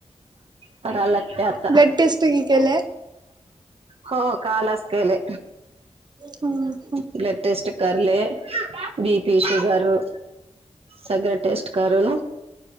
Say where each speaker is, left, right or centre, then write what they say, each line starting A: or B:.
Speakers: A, on the right; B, on the right.
A: कराय लागतय आता,
B: ब्लड टेस्ट केले
A: हो कालच केले.
B: हूं हूं
A: ब्लड टेस्ट करले, बी पी, शुगर सगळं टेस्ट करल